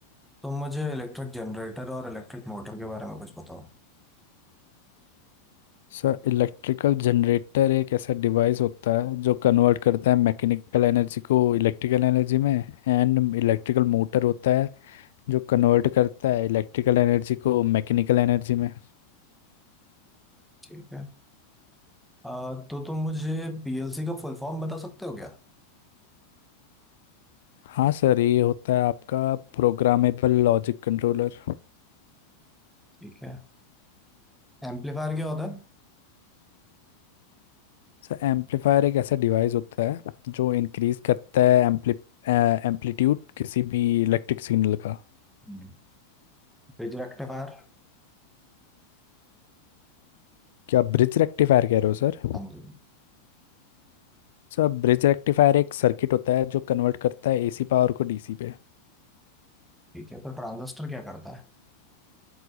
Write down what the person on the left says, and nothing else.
Sir electrical generator एक ऐसा डिवाइस होता है जो कन्वर्ट करता है मैकेनिकल एनर्जी को इलेक्ट्रिकल एनर्जी में एंड इलेक्ट्रिकल मोटर होता है जो कन्वर्ट करता है इलेक्ट्रिकल एनर्जी को मैकेनिकल एनर्जी में
हाँ सर ये होता है आपका programmable logic controller
Sir amplifier एक ऐसा डिवाइस होता है जो इंक्रीज करता है एम्पली एम्पलीट्यूड किसी भी इलेक्ट्रिक सिग्नल का
क्या ब्रिज रेक्टिफायर कह रहे हो सर
सर ब्रिज रेक्टिफायर एक सर्किट होता है जो कन्वर्ट करता है एसी पावर को डीसी पे